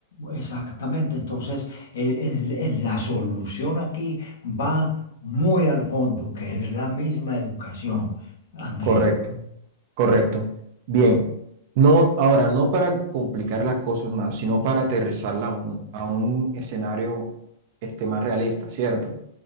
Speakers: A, on the left; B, on the right.
A: Exactamente, entonces el- el- el- la solución aquí va muy al fondo, que es la misma educación, André.
B: correcto. Correcto. Bien. No, ahora, no para complicar las cosas más, sino para aterrizarla a un, a un escenario este, más realista, ¿cierto?